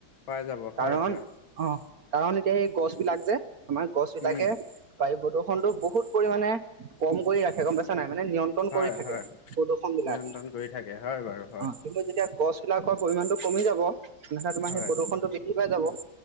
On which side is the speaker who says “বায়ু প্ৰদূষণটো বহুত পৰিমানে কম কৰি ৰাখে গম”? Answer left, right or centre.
Right